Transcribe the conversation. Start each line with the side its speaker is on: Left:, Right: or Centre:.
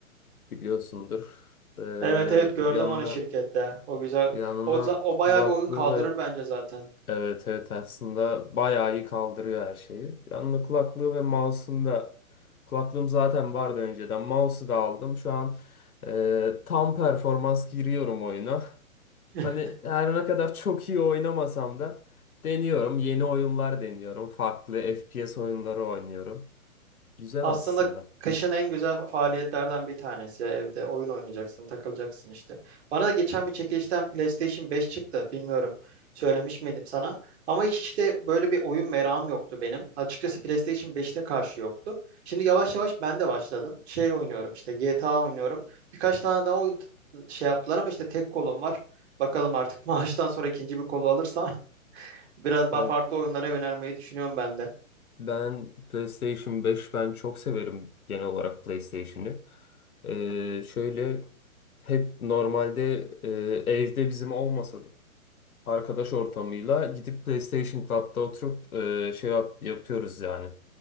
Left: biliyorsundur. E,
Right: Evet evet gördüm
Left: yanına
Right: onu şirkette. O güzel.
Left: yanına
Right: O, za- o
Left: kulaklığı
Right: bayağı bir oyun kaldırır bence zaten.
Left: Evet evet aslında bayağı iyi kaldırıyor her şeyi. Yanına kulaklığı ve mouse'um da kulaklığım zaten vardı önceden. Mouse'u da aldım. Şu an e, tam performans giriyorum oyuna.
Right: <laughs>
Left: Hani her ne kadar çok iyi oynamasam da deniyorum. Yeni oyunlar deniyorum. Farklı FPS oyunları oynuyorum. Güzel
Right: Aslında
Left: aslında.
Right: kışın en güzel faaliyetlerden bir tanesi ya evde oyun oynayacaksın, takılacaksın işte. Bana da geçen bir çekilişten PlayStation 5 çıktı. Bilmiyorum söylemiş miydim sana. Ama hiç işte böyle bir oyun merakım yoktu benim. Açıkçası PlayStation 5'te karşı yoktu. Şimdi yavaş yavaş ben de başladım. Şey oynuyorum işte GTA oynuyorum. Birkaç tane daha oyun t- şey yaptılar ama işte tek kolum var. Bakalım artık <laughs> maaştan sonra ikinci bir kolu alırsam <laughs> biraz
Left: Abi
Right: daha farklı oyunlara yönelmeyi düşünüyorum ben de.
Left: Ben PlayStation 5 ben çok severim genel olarak PlayStation'ı. Ee, şöyle hep normalde e, evde bizim olmasa da arkadaş ortamıyla gidip PlayStation Club'da oturup e, şey yap- yapıyoruz yani.